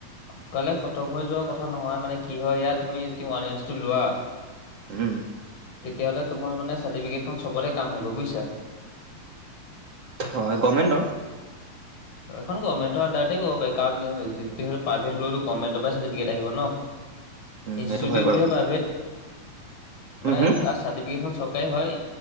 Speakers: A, on the left (about 85°); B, on the right (about 45°).
A: সোনকালে খতম হৈ যোৱা কথা নহয় মানে কি হয় ইয়াত তুমি যদি ওৱান ইয়েৰ্চটো লোৱা
B: উম।
A: তেতিয়াহ'লে তোমাৰ মানে চাৰ্টিফিকেটখন চবতে কাম আহিব বুইছা।
B: হয় গমেণ্টৰ
A: সেইখন গভমেণ্টৰ আনডাৰতে কৰিব পাৰি কাৰণ যিহেতু প্ৰাইভেট হলেও গভমেণ্টৰ পৰাই চাৰ্টিফিকেট আহিব ন।
B: উম,
A: ইনষ্টিটিউটটোহে
B: সেইটো হয় বাৰু
A: প্ৰাইভেট
B: উম,
A: মানে
B: হুম
A: তাত চাৰ্ফিকেটখন চৰকাৰী হয়